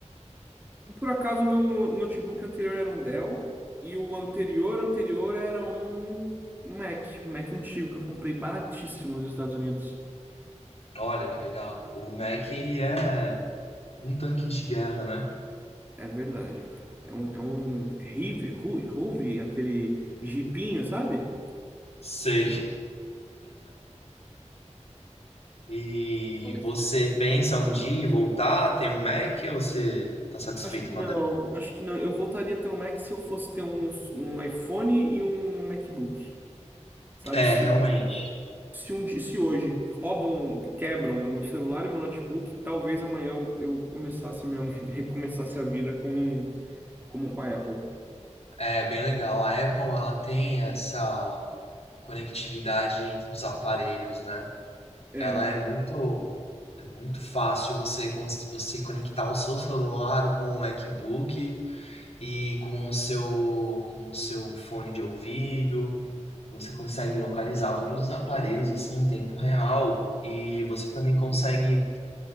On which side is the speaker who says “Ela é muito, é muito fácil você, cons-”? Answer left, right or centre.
Left